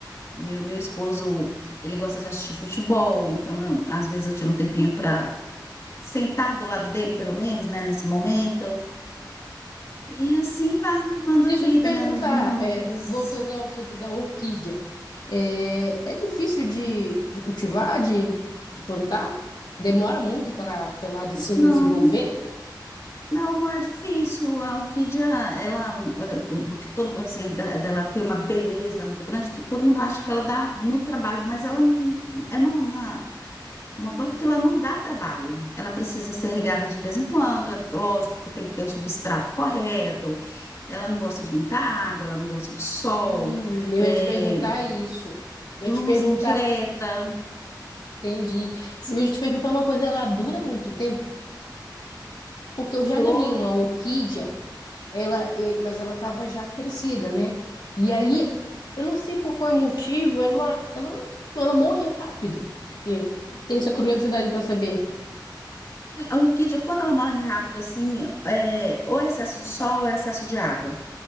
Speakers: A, on the left; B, on the left.
A: Meu, meu esposo, ele gosta de assistir futebol, então eu- às vezes eu tiro um tempinho para sentar do lado dele, pelo menos, né, nesse momento, e assim vai levando
B: Deixa
A: a vida,
B: eu te perguntar,
A: né? Nos momentos.
B: é, voltando ao assunto da orquídea, é, é difícil de, de cultivar, de, de plantar? Demora muito para ela de se
A: Não,
B: desenvolver?
A: não, não é difícil. A orquídea, ela, ah, do, do que todo mundo, assim, da- dela tem uma beleza muito grande, to- todo mundo acha que ela dá muito trabalho, mas ela n- é uma, uma, uma planta que ela não dá trabalho. Ela precisa ser regada de vez em quando, é lógico que tem que ter o substrato correto. Ela não gosta de muita água, ela não gosta de sol,
B: Hum, eu
A: é,
B: ia te perguntar isso. Eu ia te
A: luz
B: perguntar,
A: indireta,
B: entendi. Se eu ia te perguntar uma coisa, ela dura muito tempo? Porque eu já
A: flor.
B: ganhei uma orquídea, ela, eh, mas ela estava já crescida, né? E aí, eu não sei por qual motivo, ela, ela, ela morreu rápido. Eu tenho essa curiosidade para saber.
A: A orquídea, quando ela morre rápido, assim, é, ou é excesso de sol ou é excesso de água.